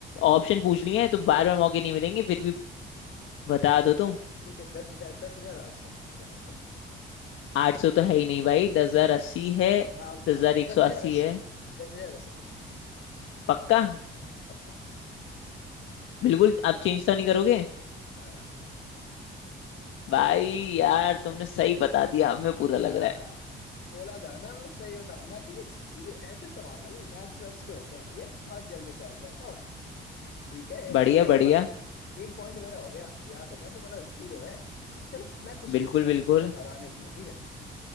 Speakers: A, on the left; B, on the left.
A: ऑप्शन पूछ लिए हैं तो बार बार मौके नहीं मिलेंगे फिर भी बता
B: ना
A: दो
B: ना
A: तुम
B: ठीक है दस हजार दस हजार आठ सौ जाना चाहूंगा
A: आठ सौ तो है ही नहीं भाई दस हजार अस्सी है
B: आप
A: दस
B: आ,
A: हजार
B: दस
A: एक सौ
B: हजार
A: अस्सी
B: अस्सी
A: है
B: दस हजार अस्सी
A: पक्का
B: पक्का
A: बिल्कुल आप चेंज तो नहीं करोगे
B: ना ना ना ना।
A: भाई यार तुमने सही बता दिया अब मैं पूरा
B: आ,
A: लग रहा है
B: बोला था ना मैं सही बताऊंगा क्योंकि क्योंकि ऐसे सवाल ना जो मैथ्स वैथ्स पे होते हैं ये बहुत जल्दी सॉल्व करता हूँ ठीक है ये देखना
A: बढ़िया
B: इस
A: बढ़िया
B: बार तो एक पॉइंट मेरा हो गया याद रखना तुम्हारा जीरो है चलो मैं कुछ
A: बिल्कुल
B: पूछता हूँ
A: बिल्कुल
B: तुम्हें हराने के लिए ठीक है